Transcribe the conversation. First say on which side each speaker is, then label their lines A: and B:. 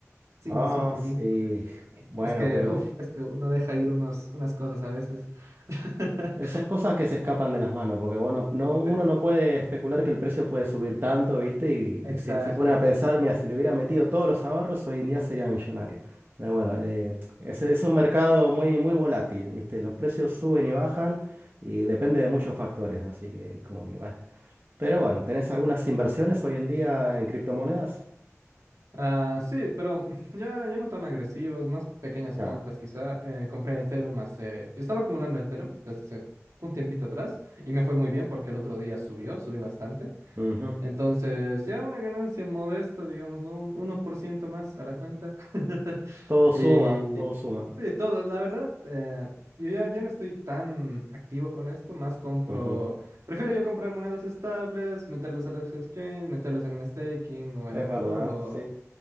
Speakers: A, on the right (about 75°); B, on the right (about 45°).
A: sin,
B: Ah,
A: sin prunir.
B: sí. Bueno,
A: Es que,
B: pero
A: uff, es que uno deja ir unos, unas cosas a veces. <laughs>
B: Eh, Son cosas que se escapan de las manos, porque bueno, no, uno
A: Sí.
B: no puede especular que el precio puede subir tanto, ¿viste? Y,
A: Exacto.
B: y se, se pone a pensar, mira, si le hubiera metido todos los ahorros, hoy en día sería millonario. Eh, bueno, eh, es, es un mercado muy, muy volátil, ¿viste? Los precios suben y bajan y depende de muchos factores, así que como que bueno. Pero bueno, ¿tenés algunas inversiones hoy en día en criptomonedas?
A: Ah, sí, pero <laughs> ya, ya no tan agresivos, más pequeñas
B: Claro.
A: compras quizá. Eh, compré Ethereum hace... Estaba acumulando Ethereum desde hace un tiempito atrás y me fue muy bien porque el otro día subió, subió bastante.
B: Ujú.
A: Entonces, ya una ganancia modesta, digámoslo, un uno por ciento más a la cuenta. <laughs>
B: Todo suma,
A: Y
B: todo suma.
A: sí, todo, la verdad, eh, yo ya, ya no estoy tan activo con esto, más compro...
B: Ujú.
A: Prefiero yo comprar monedas estables, meterlas a los exchanges, meterlas en un staking o
B: Es
A: en un
B: verdad,
A: pool o
B: sí.